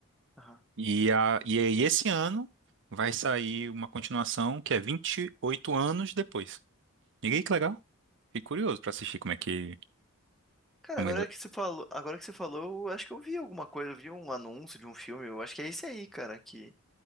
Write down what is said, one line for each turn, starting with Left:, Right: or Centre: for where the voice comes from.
Centre: Aham.
Right: E, a, e aí esse ano vai sair uma continuação que é 28 anos depois. E aí, que legal. Fiquei curioso pra assistir como é que...
Centre: Cara,
Right: Como
Centre: agora
Right: é
Centre: que você falou, agora que você falou, eu acho que eu vi alguma coisa, eu vi um anúncio de um filme, eu acho que é esse aí, cara, que